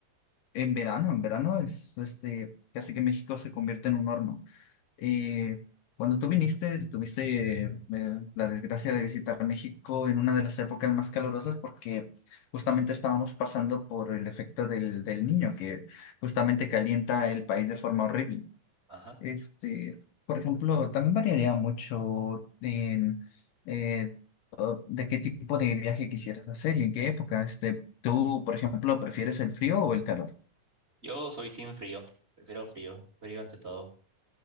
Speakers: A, on the left; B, on the right.
A: en verano, en verano es, este, casi que México se convierte en un horno. Eh, cuando tú viniste, tuviste eh, la desgracia de visitar México en una de las épocas más calurosas porque justamente estábamos pasando por el efecto del, del niño que justamente calienta el país de forma horrible.
B: Ajá.
A: Este, por ejemplo, también variaría mucho en eh, o- de qué tipo de viaje quisieras hacer y en qué época. Este, tú, por ejemplo, ¿prefieres el frío o el calor?
B: Yo soy team frío. Prefiero frío, frío ante todo.